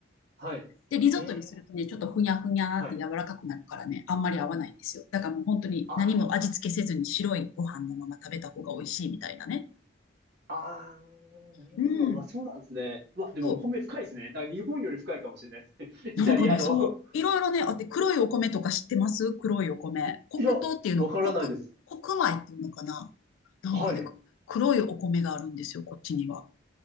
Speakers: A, on the right; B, on the left.
A: はい。
B: で、リゾットにするとね、
A: ええ、
B: ちょっとふにゃふにゃって柔らかくなるからね、
A: はい。
B: あんまり合わないんですよ。だからもう本当に何も味付けせずに白いご飯のまま食べた方が美味しいみたいなね。
A: あ、ああ、なるほど。
B: うん。
A: うわ、そうなんですね。うわ、でもお米深いですね。
B: そう。
A: だから日本より深いかもしれないです。<laughs>
B: なんかね、
A: イタリアの。
B: そう、いろいろね、あって、黒いお米とか知ってます黒いお米。黒糖っていうの、
A: いや、わからないです。
B: 黒、黒米っていうのかななんかね、
A: はい。
B: 黒いお米があるんですよ、こっちには。